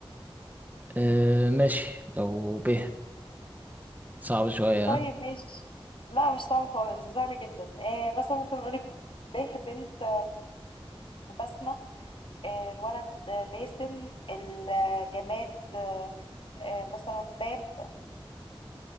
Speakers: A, on the right; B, on the left.
A: آه ماشي لو ب صعب شوية
B: طيب
A: ها
B: ماشي لا مش صعب خالص سهل جدا آه مثلا ممكن نقول به بنت آه، بسمة آه الولد آه، باسم الجماد آه آه، مثلا باب